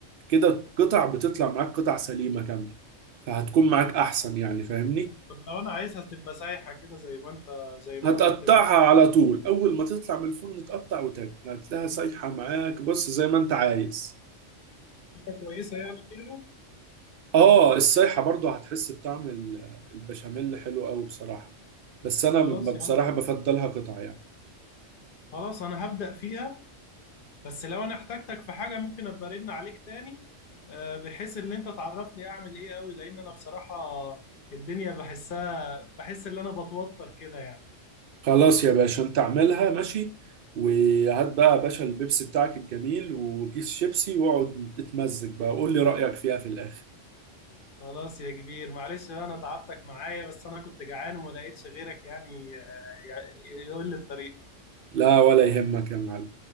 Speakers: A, on the right; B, on the left.
A: كده القطع بتطلع معاك قطع سليمة كاملة فهتكون معاك أحسن يعني فاهمني
B: طب لو انا عايزها تبقى سايحه كده زي ما انت زي ما
A: هتقطعها
B: انا قلت لك
A: على طول اول ما تطلع من الفرن تقطع وتاكل هتلاقيها سايحه معاك بص زي ما انت عايز
B: تبقى كويسه يعني فيها
A: اه السايحه برضو هتحس بطعم ال- البشاميل حلو قوي بصراحه بس انا
B: خلاص
A: ب-
B: يا
A: بصراحه
B: عم
A: بفضلها قطع يعني
B: خلاص انا هبدأ فيها بس لو انا احتاجتك في حاجه ممكن ابقى ارن عليك تاني آه، بحيث ان انت تعرفني اعمل ايه قوي لان انا بصراحه الدنيا بحسها بحس ان انا بتوتر كده يعني
A: خلاص يا باشا انت اعملها ماشي وهات بقى يا باشا البيبسي بتاعك الجميل وكيس شيبسي واقعد تتمزج بقى قول لي رايك فيها في الاخر
B: خلاص يا كبير معلش بقى انا تعبتك معايا بس انا كنت جعان وما لقيتش غيرك يعني آه، يقول لي الطريق
A: لا ولا يهمك يا معلم